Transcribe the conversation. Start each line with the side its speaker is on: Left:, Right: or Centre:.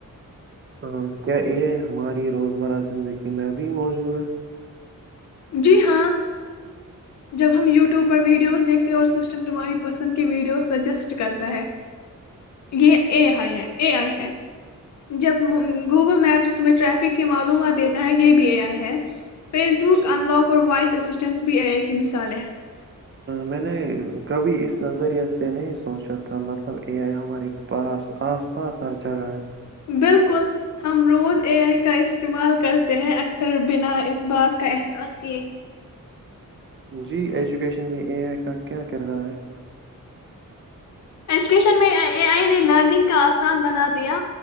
Right: ہاں کیا یہ ہے ہماری روزمرہ زندگی میں ابھی موجود ہے
Left: جی ہاں جب ہم یوٹیوب پر ویڈیوز دیکھتے اور سسٹم <unintelligible> پسند کی ویڈیو سجیسٹ کرتا ہے یہ اے آئی ہے اے آئی ہے جب گوگل میپس تمہیں ٹریفک کی معلومات دیتا ہے یہ بھی اے آئی ہے فیس بک ان لک اور وائس اسسٹینس بھی ایک کی مثال ہے
Right: میں نے کبھی اس نظریے سے نہیں سوچا تھا مطلب اے آئی ہمارے پاس آس پاس سر جگہ ہے
Left: بالکل ہم روز اے آئی کا استعمال کرتے ہیں اکثر بنا اس بات کا احساس کیے
Right: جی ایجوکیشن میں اے آئی کا کیا کردار ہے
Left: ایجوکیشن میں اے آئی نے لرننگ کا آسان بنا دیا